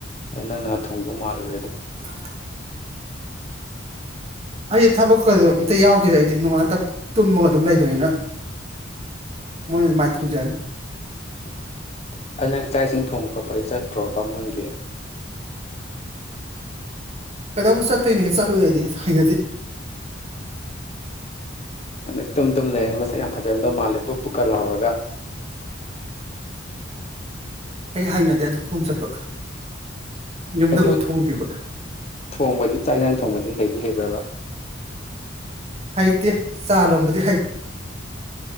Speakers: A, on the left; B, on the right.
A: ꯑꯗꯨ ꯅꯪꯅ ꯊꯣꯡꯗꯧ ꯃꯥꯜꯂꯨꯔ
B: <inaudible>
A: <inaudible>
B: ꯑꯩꯗꯤ ꯊꯕꯛꯀ ꯑꯝꯇ ꯌꯥꯎꯗꯦꯗ ꯑꯩꯗꯤ ꯅꯣꯡꯉꯥꯟꯕꯗꯩ ꯅꯨꯃꯤꯠ ꯇꯥꯕꯧ ꯇꯨꯝꯃꯒ ꯑꯗꯨꯝ ꯂꯩꯕꯅꯤꯅ ꯃꯣꯏꯅ ꯑꯗꯨ ꯃꯥꯏ ꯊꯣꯡꯖꯅꯤ
A: ꯎꯝ ꯑꯗꯣ ꯅꯪ ꯆꯥꯛ ꯏꯁꯤꯡ ꯊꯣꯡꯕ ꯈꯣꯠꯄꯗꯤ ꯆꯠꯇ꯭ꯔꯣ ꯕꯥꯃꯣꯟꯒꯤ
B: ꯀꯩꯗꯧꯕꯩ ꯆꯠꯇꯣꯏꯅꯣ ꯍꯦ ꯆꯠꯂꯣꯏ ꯑꯩꯗꯤ ꯍꯩꯅꯗꯦ
A: ꯎ ꯇꯨꯝ ꯇꯨꯝ ꯂꯩꯔꯅꯤ ꯃꯁꯛ ꯌꯥꯝ ꯐꯖꯔꯝꯗꯧ ꯃꯥꯜꯂꯦ ꯕꯨꯞ ꯕꯨꯞꯀ ꯂ ꯂꯥꯎꯔꯒ
B: ꯑꯩ ꯍꯥꯏꯅꯗꯦ ꯑꯗꯨ ꯊꯣꯡ ꯆꯠꯄ ꯌꯨꯝꯗꯐꯧ
A: ꯑꯗꯨ
B: ꯊꯣꯡꯗꯦꯈꯣꯏ
A: ꯊꯣꯡꯕꯗꯤ ꯆꯥꯛ ꯏꯟꯁꯥꯡ ꯊꯣꯡꯕꯗꯤ ꯍꯩꯗꯤ ꯍꯩꯕ꯭ꯔꯥꯕ
B: ꯍꯩꯇꯦ ꯆꯥ ꯂꯣꯝꯕꯗꯤ ꯍꯩ